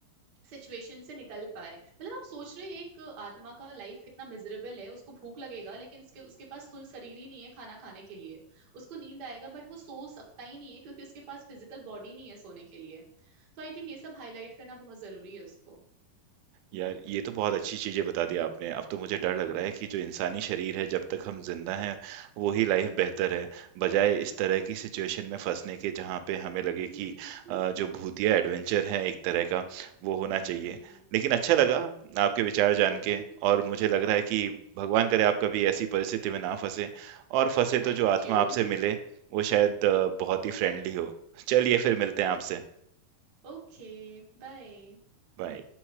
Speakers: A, on the right; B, on the right.
A: सिचुएशन से निकल पाए मतलब आप सोच रहे हैं एक आत्मा का लाइफ कितना मिजरेबल है उसको भूख लगेगा लेकिन उसके उसके पास स्थूल शरीर ही नहीं है खाना खाने के लिए उसको नींद आएगा बट वो सो सकता ही नहीं है क्योंकि उसके पास फिजिकल बॉडी नहीं है सोने के लिए तो आई थिंक ये सब हाईलाइट करना बहुत जरूरी है उसको
B: यार ये तो बहुत अच्छी चीजें बता दी आपने अब तो मुझे डर लग रहा है कि जो इंसानी शरीर है जब तक हम जिंदा हैं वो ही लाइफ बेहतर है बजाय इस तरह की सिचुएशन में फंसने के जहाँ पे हमें लगे
A: <laughs>
B: कि अ, जो भूतिया एडवेंचर है एक तरह का वो होना चाहिए
A: हम्म
B: लेकिन अच्छा लगा आपके विचार जान
A: <laughs>
B: के और मुझे लग रहा है कि भगवान करे आप कभी ऐसी परिस्थिति में ना फंसे और फंसे
A: Thank
B: तो जो आत्मा
A: you
B: आपसे मिले वो शायद अ, बहुत ही फ्रेंडली हो चलिए फिर मिलते हैं आपसे
A: ओके बाय
B: बाय